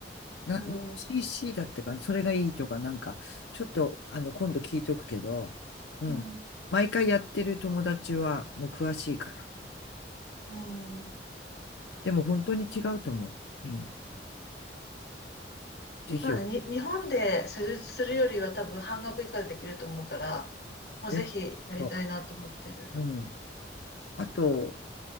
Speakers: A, on the left (about 85°); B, on the left (about 65°).
A: な、
B: うん、
A: CC
B: う
A: だったかな、それがいいとか、なんか、ちょっと、あの、今度聞いとくけど、うん。
B: ん、
A: 毎回やってる友達は、もう詳しいから。
B: うん。
A: でも本当に違うと思う。うん。ぜひよ、
B: まあね、に、日本で施術するよりは多分半額以下でできると思うから、もうぜひやりたいなと思ってる。
A: ぜひよ、うん。あと、